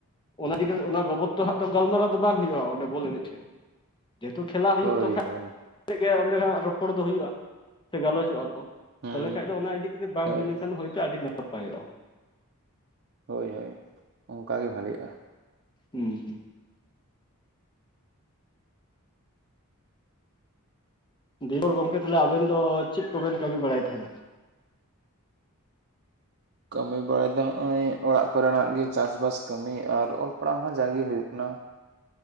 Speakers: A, on the left (about 20°); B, on the right (about 50°).
A: ᱚᱱᱟ ᱤᱠᱤ ᱠᱟᱛᱮ ᱚᱱᱟ ᱵᱟᱵᱚᱫ ᱛᱚ ᱦᱟᱸ ᱛᱚ ᱜᱟᱞᱢᱟᱨᱟᱣ ᱫᱚ ᱵᱟᱝ ᱦᱩᱭᱩᱜᱼᱟ ᱚᱸᱰᱮ ᱵᱚᱞ ᱮᱱᱮᱡ ᱴᱷᱮᱡ ᱫᱚ ᱡᱮᱦᱮᱛᱩ ᱠᱷᱮᱞᱟ ᱦᱩᱭᱩᱜ
B: ᱦᱳᱭ
A: ᱛᱚ ᱠᱷᱟ
B: ᱦᱳᱭ
A: ᱜᱮ ᱚᱸᱰᱮ ᱠᱷᱱᱟᱜ ᱨᱚᱯᱚᱲ ᱫᱚ ᱦᱩᱭᱩᱜᱼᱟ ᱥᱮ ᱜᱟᱞᱚᱪᱚᱜᱼᱟ ᱠᱚᱼᱼ
B: ᱦᱩᱸ
A: ᱛᱟᱦᱚᱞᱮ ᱠᱷᱟᱱᱡ ᱫᱚ ᱚᱱᱟ ᱤᱫᱤ ᱠᱟᱛᱮ ᱵᱟᱝ
B: ᱦᱳᱭ
A: ᱦᱩᱭ ᱞᱮᱱᱠᱷᱟᱱ ᱦᱭᱛᱳ ᱟᱹᱰᱤ ᱱᱟᱯᱟᱭᱚᱜᱼᱟ᱾
B: ᱦᱳᱭ ᱦᱳᱭ ᱚᱱᱠᱟᱟᱜ ᱜᱮ ᱵᱷᱷᱟᱞᱤᱜᱼᱟ᱾
A: ᱦᱮᱸ ᱫᱮᱵᱚᱨ ᱜᱚᱢᱠᱮ ᱛᱟᱦᱚᱞᱮ ᱟᱵᱮᱱ ᱫᱚ ᱪᱮᱫ ᱠᱚᱵᱮᱱ ᱠᱟᱹᱢᱤ ᱵᱟᱲᱟᱭ ᱛᱟᱦᱮᱱᱟ?
B: ᱠᱟᱹᱢᱤ ᱵᱟᱲᱮ ᱫᱚ ᱱᱚᱜ ᱚᱚᱭ ᱚᱲᱟᱜ ᱠᱚᱨᱮᱱᱟᱜ ᱜᱮ ᱪᱟᱥ ᱵᱟᱥ ᱠᱟᱹᱢᱤ ᱟᱨ ᱚᱞ ᱯᱟᱲᱦᱟᱣ ᱦᱚᱸ ᱡᱟᱜᱮ ᱦᱩᱭᱩᱜ ᱠᱟᱱᱟ᱾